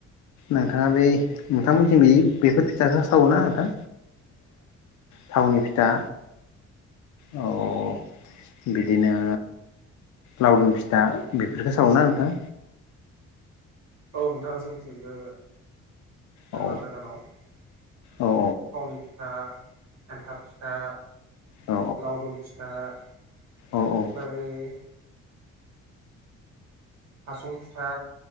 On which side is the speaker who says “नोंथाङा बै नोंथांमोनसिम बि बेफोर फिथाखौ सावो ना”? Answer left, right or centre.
Left